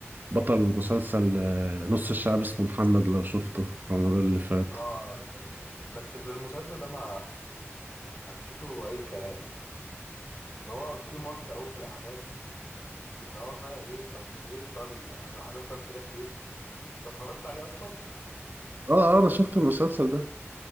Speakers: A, on the right; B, on the left.
A: بطل مسلسل آه، نص الشعب اسمه محمد لو شفته في رمضان اللي فات
B: اه كان بس في المسلسل ده ما حسيته اي كلام اللي هو في مط قوي في الاحداث اللي هو بقى ايه طب ايه طيب يعني هنفضل كده كتير انت اتفرجت عليه اصلا
A: اه اه انا شفت المسلسل ده